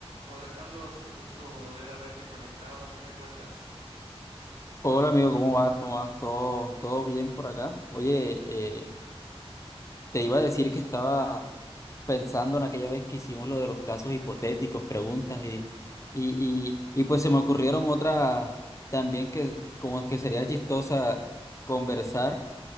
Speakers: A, on the right; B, on the left.
A: Hola Carlos, qué gusto volver a verte conectado. ¿Qué me cuentas?
B: Hola amigo, ¿cómo vas? ¿Cómo vas? ¿Todo, todo bien por acá? Oye, eh, te iba a decir que estaba pensando en aquella vez que hicimos lo de los casos hipotéticos, preguntas y, y, y, y pues se me ocurrieron otras también que como que sería chistosa conversar.